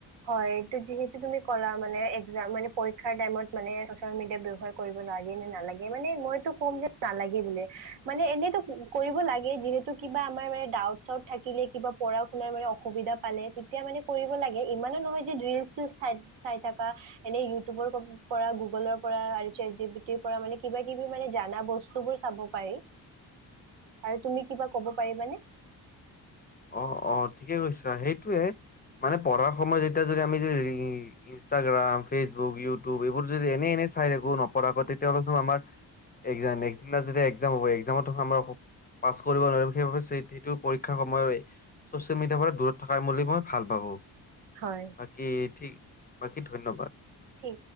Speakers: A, on the right; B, on the left.
A: হয়, এটো যিহেতু তুমি ক'লা মানে একজাম মানে পৰীক্ষাৰ টাইমত মানে ছ'চিয়েল মিডিয়া ব্যৱহাৰ কৰিব লাগে নে, নালাগে, মানে মইতো ক'ম যে নালাগে বুলিয়ে। মানে এনেতো কৰিব লাগে। যিহেতু কিবা আমাৰ মানে ডাউট- চাউট থাকিলে কিবা পঢ়া- শুনাৰ মানে অসুবিধা পালে, তেতিয়া মানে কৰিব লাগে। ইমানো নহয় যে ৰিলচ-চিলছ চাই থকা। এনে ইউটিউবৰ পৰা, গুগলৰ পৰা, আৰু চেদজিপিটিৰ পৰা মানে, কিবা কিবি মানে জানা বস্তুবোৰ চাব পাৰি। আৰু তুমি কিবা ক'ব পাৰিবানে।
B: অ, অ, ঠিকে কৈছা। সেইটোয়ে মানে পঢ়াৰ সময়ত যেতিয়া যদি আমি যেদি ইনষ্টাগ্ৰাম, ফেচবুক, ইউটিউব, এইবোৰ যদি এনে, এনে, চাই থাকো নপঢ়াকৈ তেতিয়াহ'লে চোন আমাৰ নেক্স দিনা, যদি একজাম হ'ব একজামতো আমাৰ পাছ কৰিব নোৱাৰিম। সেইবাবে সেইটো পৰীক্ষাৰ সময়ে হয়। চচিয়েল মিডিয়াৰ পৰা দূৰত থকাই বুলি মই ভাল পাবো।
A: হয়।
B: বাকী ঠিক। বাকী ধন্যবাদ।
A: ঠিক